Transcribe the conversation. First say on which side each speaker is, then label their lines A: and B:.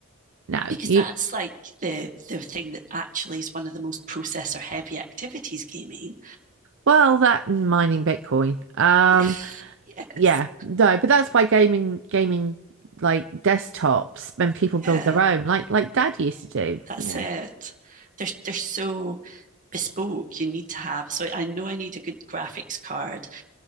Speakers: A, on the right (about 60°); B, on the right (about 35°).
A: no.
B: because
A: You
B: that's like the the thing that actually is one of the most processor heavy activities, gaming.
A: well, that and mining Bitcoin. Um,
B: Yeah, <laughs> yes,
A: yeah, no, but that's why gaming gaming like desktops when people build
B: yeah.
A: their own, like like Dad used to do,
B: That's
A: you know.
B: it. They're they're so bespoke. You need to have. So I know I need a good graphics card.